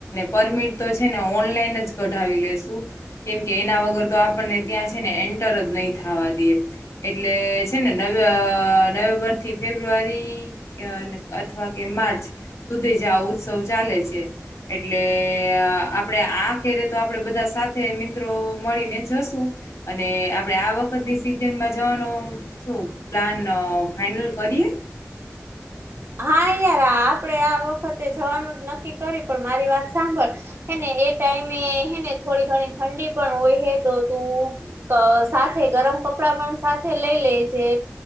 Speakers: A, on the left; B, on the right.
A: પરમિટ તો છે ને ઓનલાઈન જ કઢાવી લેશું કેમ કે એના વગર તો આપણને ત્યાં છે ને એન્ટર જ નહીં થાવા દીયે એટલે છે ને નવે અ નવેમ્બરથી ફેબ્રુઆરી અથવા કે માર્ચ સુધી જ આ ઉત્સવ ચાલે છે. એટલે આપણે આખેરે તો આપણેે બધા સાથે મિત્રો મળીને જશું. અને આપણે આ વખતની સિઝનમાં જવાનું શું પ્લાન અ ફાઈનલ? કરીએ?
B: હા યાર આ આપડે આ વખતે જવાનું જ નક્કી કરીએ પણ મારી વાત સાંભળ હેને એ ટાઈમે હે ને થોડી ઘણી ઠંડી પણ હોય હે તો તું ક સાથે ગરમ કપડાં પણ સાથે લઈ લેજે